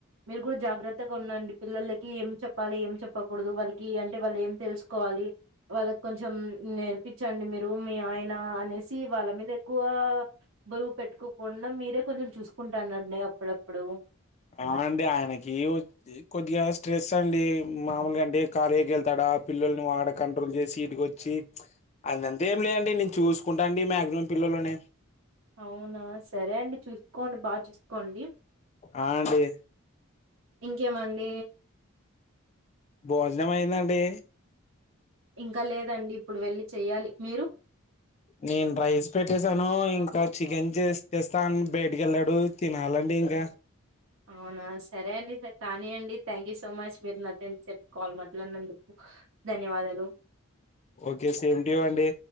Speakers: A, on the right (about 65°); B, on the left (about 30°).
A: మీరు కూడా జాగ్రత్తగా ఉన్నండి పిల్లలకి ఏం చెప్పాలి ఏం చెప్పకూడదు వాళ్ళకి అంటే వాళ్ళు ఏం తెలుసుకోవాలి వాళ్ళకి కొంచెం నేర్పించండి మీరు మీ ఆయన అనేసి వాళ్ళ మీద ఎక్కువ బరువు పెట్టుకోకుండా మీరే కొంచెం చూసుకుంటానడినే అప్పుడప్పుడు
B: అవునండి ఆయనకి కొద్దిగా స్ట్రెస్ అండి మామూలుగా అంటే కళేీకి వెళ్తాడా పిల్లల్ని వాడ కంట్రోల్ చేసి ఇటుక వచ్చి అదంతా ఏం లేదండి నేను చూసుకుంటా అండి మాక్సిమం పిల్లలని
A: అవునా సరే అండి చూసుకోండి బాగా చూసుకోండి
B: ఆ అండి
A: ఇంకేమండి
B: భోజనం అయిందాండి
A: ఇంకా లేదండి, ఇప్పుడు వెళ్లి చెయ్యాలి, మీరు
B: నేను రైస్ పెట్టేసాను, ఇంకా చికెన్ చేస్తేస్తాను బయటకి వెళ్ళాడు తినాలండి ఇంకా
A: అవునా సరే అండి కానీ అండి థ్యాంక్ యూ సో మచ్ మీరు నా సేపు చెప్పి కాల్ మాట్లాడినందుకు ధన్యవాదాలు
B: ఓకే సేమ్ ్యూ అండి